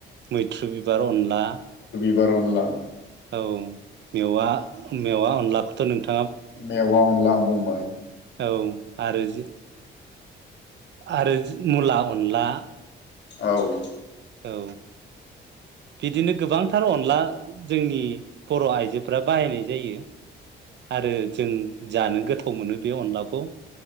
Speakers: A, on the right; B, on the left.
A: मैथ्रु बिबार अनला
B: बोरनला
A: औ मेवा मेवा अनलाखौथ नोंथां
B: मेवाअनलां बुंबाय
A: औ आरो जि आरो मुला अनला
B: औ।
A: औ। बिदिनो गोबांथार अनला जोंनि बर' इजोफोरा बाहायनाय जायो। आरो जों जानो गोथाव मोनो बे अनलाखौ